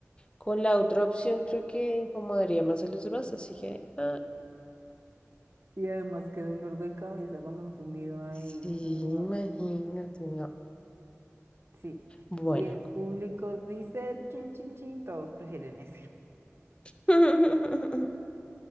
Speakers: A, on the left; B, on the right.
A: Con la otra opción creo que incomodaría más a los demás, así que... ah,
B: Y además, qué dolor de cabeza con un zumbido ahí.
A: sí,
B: No.
A: imagínate. no.
B: Sí.
A: Bueno.
B: Y el público dice, chin, chin, chin, todos prefieren ese.
A: <laughs>